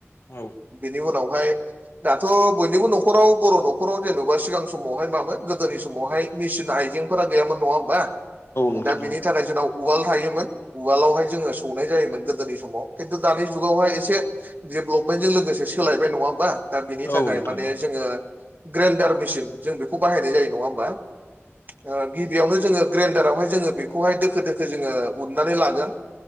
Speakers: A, on the left; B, on the right.
A: औ।
B: बेनि उनावहाय दाथ' बयनिबो न'खराव बर' न'खराव जेन'बा सिगां समावहाय मामोन गोदोनि समावहाय मेसिन आइजेंफोरा गैयामोन नङा होमबा
A: नोंथां
B: दा बिनि
A: औ नोंथां औ
B: थाखाय जोंनाव उवाल थायोमोन। उवालावहाय जोङो सौनाय जायोमोन गोदोनि समाव खिन्थु दानि जुगावहाय एसे डेभेलपमेन्टजों लोगोसे सोलायबाय नङा होमबा। दा बेनि
A: औ
B: थाखाय
A: नोंथां
B: माने
A: औ नोंथां औ नोंथां औ नोंथां औ नोंथां औ नोंथां औ नोंथां औ
B: जोङो ग्रेन्डार मेसिन जों बेखौ बाहायनाय जायो नङा होमबा। ओ गिबियावनो जोङो ग्रेन्डारावहाय जोङो बेखौहाय दोखो दोखो जोङो उननानै लाग गोन